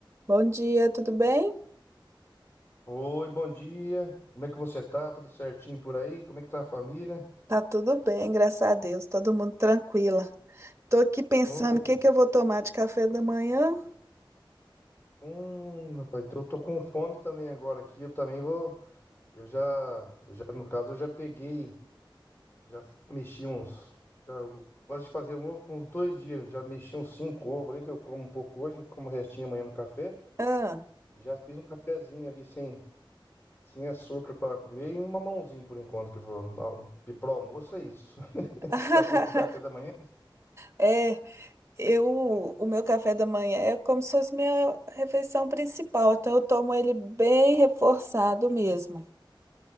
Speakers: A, on the right; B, on the left.
A: Bom dia, tudo bem?
B: Oi, bom dia. Como é que você tá? Tudo certinho por aí? Como é que tá a família?
A: Tá tudo bem, graças a Deus, todo mundo tranquila. Tô aqui pensando
B: Ô,
A: o que
B: que...
A: que eu vou tomar de café da manhã.
B: Hum, rapaz, eu tô com fome também agora aqui. Eu também vou. Eu já, eu já, no caso, eu já peguei, já mexi uns. Já eu gosto de fazer um ovo por uns dois dias. Já mexi uns cinco ovos ali. Eu como um pouco hoje, eu como o restinho amanhã no café.
A: Ah.
B: E já fiz um cafezinho ali sem, sem açúcar para comer e um mamãozinho por enquanto que eu vou. na hora- pro almoço é isso. <laughs>
A: <laughs>
B: Dá pro, pro café da manhã?
A: É, eu, o meu café da manhã é como se fosse minha refeição principal, então eu tomo ele bem reforçado mesmo.